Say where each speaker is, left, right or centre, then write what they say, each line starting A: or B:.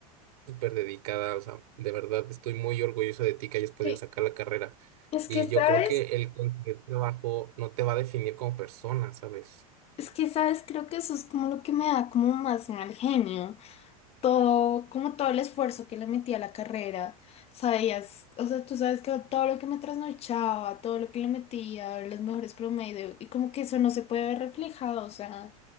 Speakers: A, on the right; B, on the left.
A: súper dedicada, o sea, de verdad estoy muy orgulloso de ti que hayas podido
B: Y
A: sacar la carrera.
B: Es
A: Y
B: que,
A: yo
B: ¿sabes?
A: creo que el conseguir trabajo no te va a definir como persona, ¿sabes?
B: Es que, ¿sabes? Creo que eso es como lo que me da como más mal genio. Todo, como todo el esfuerzo que le metí a la carrera. Sabías, o sea, tú sabes que todo lo que me trasnochaba, todo lo que le metía, los mejores promedios, y como que eso no se puede ver reflejado. O sea,